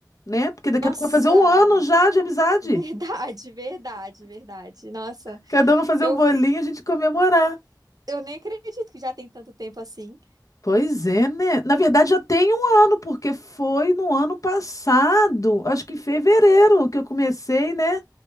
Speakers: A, on the left; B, on the right.
A: né? Porque daqui
B: Nossa,
A: a pouco vai fazer um ano já de amizade.
B: verdade, <laughs> verdade, verdade. Nossa,
A: Cada um vai fazer
B: eu,
A: um bolinho e a gente comemorar.
B: eu nem acredito que já tem tanto tempo assim.
A: Pois é, né? Na verdade, já tem um ano, porque foi no ano passado, acho que em fevereiro, que eu comecei, né?